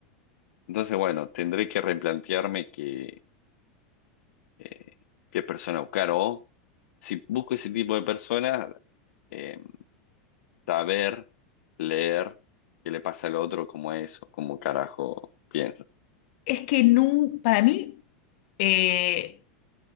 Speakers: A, on the left; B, on the left.
A: Entonces, bueno, tendré que replantearme que, eh, qué persona buscar o si busco ese tipo de persona, eh, saber, leer qué le pasa al otro, cómo es o cómo carajo piensa.
B: Es que nun- para mí... Eh,